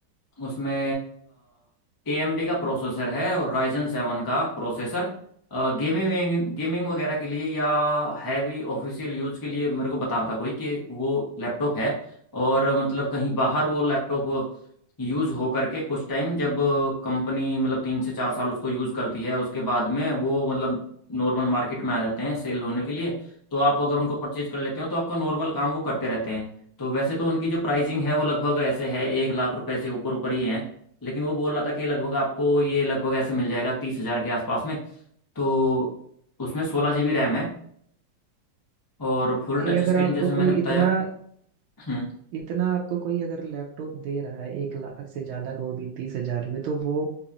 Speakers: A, on the left; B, on the right.
A: उसमें ए एम डी का प्रोसेसर है और राइजन सेवन का प्रोसेसर गेमिंग गेमिंग वगैरह के लिए या हैवी ऑफिशियल यूज के लिए मेरे को बता रहा था कोई कि वो लैपटॉप है और मतलब कहीं बाहर वो लैपटॉप यूज हो करके कुछ टाइम जब कंपनी मतलब तीन से चार साल उसको यूज करती है उसके बाद में वो मतलब नॉर्मल मार्केट में आ जाते हैं सेल होने के लिए तो आप अगर उनको परचेज कर लेते हो तो आपका नॉर्मल काम वो करते रहते हैं तो वैसे तो उनकी जो प्राइसिंग है वो लगभग ऐसे है एक लाख रुपए से ऊपर ऊपर ही है लेकिन वो बोल रहा था कि लगभग आपको ये लगभग ऐसे मिल जाएगा तीस हजार के आसपास में तो उसमें सोलह जीबी रैम है और फुल
B: नहीं
A: टच
B: अगर
A: स्क्रीन
B: आपको
A: जैसे मैंने
B: कोई
A: बताया
B: इतना
A: हम्म,
B: इतना आपको कोई अगर लैपटॉप दे रहा है एक लाख से ज्यादा का वो भी तीस हजार में तो वो